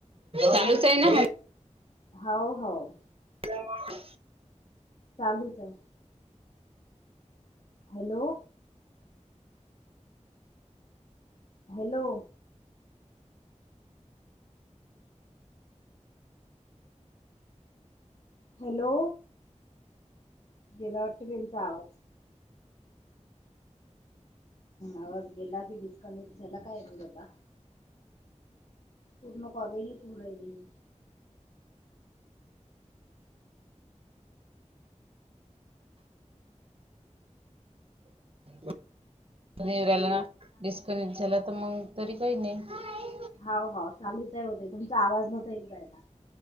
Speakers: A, on the right; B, on the left.
A: चालूच हाय ना
B: हाव हाव.
A: <unintelligible>
B: चालूच आहे. हॅलो. हॅलो. हॅलो. गेला वाटत बाई, याचा आवाज. आवाज गेला की, डिस्कनेक्ट झाला काय माहित आता पूर्ण कॉलेज ही <unintelligible>
A: नाही येऊन राहिला ना डिस्कनेक्ट झाल्यात. तर मग तरी, काही नाही.
B: हाव हाव चालूचय आहे वो ताई तुमचा आवाज नव्हता येऊ राहीला.